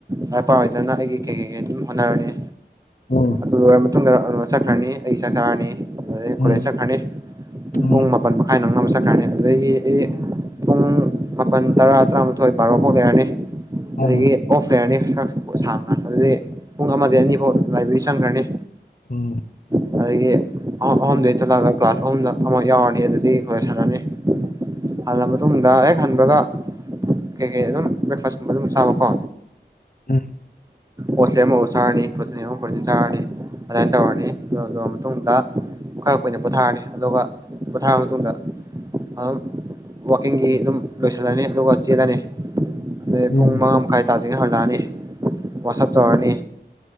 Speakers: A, on the right; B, on the left.
A: ꯍꯥꯏ ꯄꯥꯎ ꯂꯅ ꯍꯥꯏ ꯀ ꯀꯦ ꯑꯗꯨ ꯍꯅꯔꯅꯤ
B: ꯎꯝ
A: ꯑꯗꯨ ꯃꯇꯨꯡꯗ ꯆꯠꯈ꯭ꯔꯅꯤ ꯑꯩ ꯆꯛ ꯆꯥꯔꯅꯤ ꯑꯗꯨꯗꯩ
B: ꯎꯝ
A: ꯀꯣꯂꯦꯖ
B: ꯎꯝ
A: ꯆꯠꯈ꯭ꯔꯅꯤ
B: ꯎꯝ
A: ꯄꯨꯡ
B: ꯎꯝ
A: ꯃꯥꯄꯟ ꯃꯈꯥꯏ ꯆꯠꯈ꯭ꯔꯅꯤ ꯑꯗꯨꯗꯒꯤ ꯄꯨꯡ ꯃꯥꯄꯜ ꯇꯔꯥ ꯇꯔꯥꯃꯥꯊꯣꯏ ꯕꯥꯔꯣ ꯐꯥꯎ ꯂꯩꯔꯅꯤ
B: ꯎꯝ
A: ꯑꯗꯒꯤ
B: ꯎꯝ
A: ꯑꯣꯐ ꯂꯩꯔꯅꯤ <unintelligible> ꯄꯨꯡ ꯑꯃꯗꯒꯤ ꯑꯅꯤꯐꯥꯎ ꯂꯩꯕꯤꯔꯤ ꯆꯪꯒ꯭ꯔꯅꯤ
B: ꯎꯝ
A: <unintelligible> <unintelligible> ꯊꫭꯛꯂꯛꯑꯒ ꯀ꯭ꯂꯥꯁ ꯑꯍꯨꯝꯗ ꯑꯃꯛ ꯌꯥꯎꯔꯅꯤ ꯑꯗꯨꯗꯤ ꯈꯣꯏꯂꯦ ꯍꯜꯂꯛ ꯑꯅꯤ ꯇꯨꯡꯗ ꯍꯦꯛ ꯍꯟꯕꯒ ꯀꯩꯀꯩ ꯑꯗꯨꯝ ꯕ꯭ꯔꯦꯛꯐꯥꯁꯀꯨꯝꯕ ꯑꯗꯨꯝ ꯆꯥꯕꯀꯣ
B: ꯎꯝ
A: ꯍꯣꯁꯂꯦꯟ ꯑꯃꯐꯠ ꯁꯥꯔꯅꯤ ꯄ꯭ꯔꯣꯇꯤꯟ ꯑꯃ ꯄ꯭ꯔꯣꯇꯤꯟ ꯁꯥꯔꯅꯤ ꯑꯗꯨꯃꯥꯏꯅ ꯇꯧꯔꯅꯤ ꯑꯗꯨ ꯇꯧꯔ ꯃꯇꯨꯡꯗ ꯈꯔ ꯀꯨꯏꯅ ꯄꯣꯊꯥꯔꯅꯤ ꯑꯗꯨꯒ ꯄꯣꯊꯥꯔ ꯃꯇꯨꯡꯗ ꯑꯗꯨꯝ ꯋꯥꯛꯀꯤꯡꯒꯤ ꯑꯗꯨꯝ ꯂꯣꯏꯁꯤꯜꯂꯅꯤ ꯑꯗꯨꯒ ꯆꯦꯜꯂꯅꯤ ꯑꯗꯩ
B: ꯎꯝ
A: ꯄꯨꯡ ꯃꯥꯉ ꯃꯥꯈꯥꯏ ꯇ ꯍꯜꯂꯛ ꯑꯅꯤ ꯋꯥꯁꯞ ꯇꯧꯔꯅꯤ